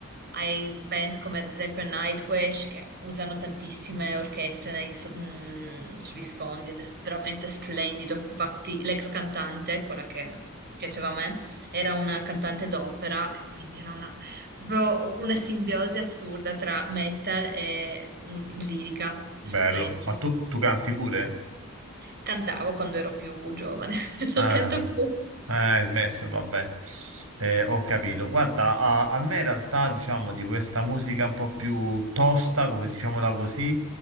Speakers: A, on the right; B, on the right.
A: hai band come ad esempio Nightwish che usano tantissime orchestre nei so- mm, sugli sfondi ed è s- veramente splendido. Infatti, l'ex cantante, quella che piaceva a me, era una cantante d'opera e quindi era una, proprio una simbiosi assurda tra metal e mm, lirica,
B: Bello.
A: stupenda.
B: Ma tu, tu canti pure?
A: Cantavo quando ero più giovane, <laughs>
B: Ah,
A: non canto più.
B: ah, hai smesso, vabbè. Eh, ho capito. Guarda, a, a me in realtà, diciamo, di questa musica un po' più tosta, come diciamola così,